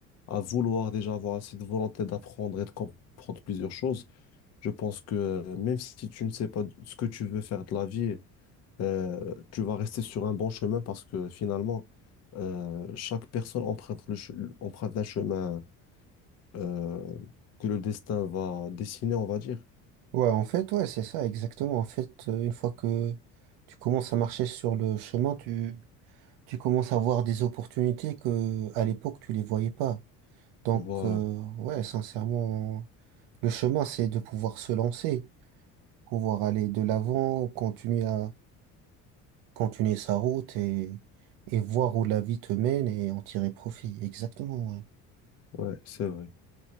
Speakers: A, on the left; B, on the right.
A: à vouloir déjà avoir assez de volonté d'apprendre et de comprendre plusieurs choses, je pense que euh, même si tu ne sais pas ce que tu veux faire de la vie, euh, tu vas rester sur un bon chemin parce que finalement, euh, chaque personne emprunte, le che- emprunte un chemin euh, que le destin va dessiner, on va dire.
B: Ouais, en fait, ouais, c'est ça, exactement. En fait, euh, une fois que tu commences à marcher sur le chemin, tu, tu commences à voir des opportunités que, à l'époque, tu les voyais pas. Donc,
A: Voilà,
B: euh, ouais, sincèrement, le chemin, c'est de pouvoir se lancer, pouvoir aller de l'avant, continuer à, continuer sa route et, et voir où la vie te mène et en tirer profit. Exactement, ouais.
A: ouais, c'est vrai.